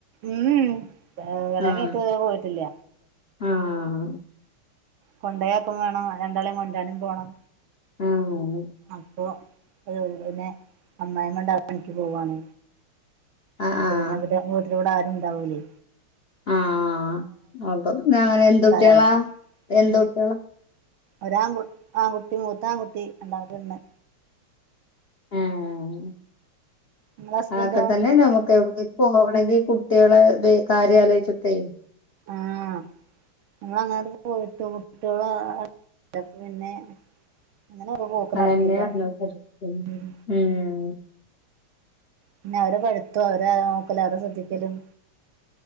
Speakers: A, on the right (about 70°); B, on the left (about 70°).
A: ഉം ഇവലെഒന്നും
B: ആഹ്
A: ഇട്ട് പോയിട്ടില്ല
B: ആഹ്
A: കൊണ്ടെയ്ആക്കും വേണം രണ്ടാളും കൊണ്ട് വരാനും പോണം
B: ആഹ്
A: അപ്പൊ <unintelligible> അമ്മായിമ്മ ടാർ പണിക്ക് പോവാണ്
B: ആഹ്
A: അപ്പൊ
B: ആഹ്
A: പിന്നെ ഇവരെ വീട്ടിൽ ഇവടെ ആരും ഇണ്ടാവൂലേ
B: ആഹ് അപ്പ പിന്നെ അങ്ങനെ എന്ത്
A: ആൾക്കാരാണ്
B: കുട്ടികളാ എന്ത്‌
A: ഉം
B: കുട്ടികള
A: ഒരാൺകു ആൺകുട്ടി മൂത്ത ആൺകുട്ടി രണ്ടാമത്തെ പെണ്ണ്
B: ഏഹ്
A: നിങ്ങളെ ഹസ്ബന്റോ
B: അതൊക്കെ തന്നെ നമുക്ക് എവിട്ക്കേം പോകണെങ്കിൽ കുട്ടികളെ ഇത് കാര്യാലോയ്‌ച്ചിട്ടെയ്
A: ആഹ് ഞമ്മൾ അങ്ങനെ പോയിട്ട് കുട്ടി ഓളും പിന്നെ അങ്ങനൊക്കെ പോക്ക്
B: അതന്നെ
A: നടക്കില്ല
B: പറഞ്ഞത്
A: ഉം
B: ഉം
A: പിന്നെ അവരെ പഠിത്തോ അവരെ നോക്കൽ അവരെ ശ്രദ്ധിക്കലും